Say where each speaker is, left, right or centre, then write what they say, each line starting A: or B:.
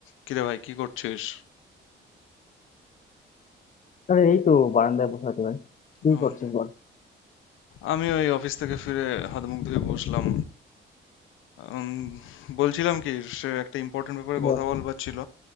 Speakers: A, on the left; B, on the left.
A: কিরে ভাই কি করছিস
B: আরে এই তো বারান্দায় বসে আছি ভাই কি
A: ও,
B: করছিস বল
A: আমি ওই অফিস থেকে ফিরে হাত মুখ ধুয়ে বসলাম উম, বলছিলাম কি সে একটা ইম্পর্টেন্ট ব্যাপারে
B: বল
A: কথা বলবার ছিল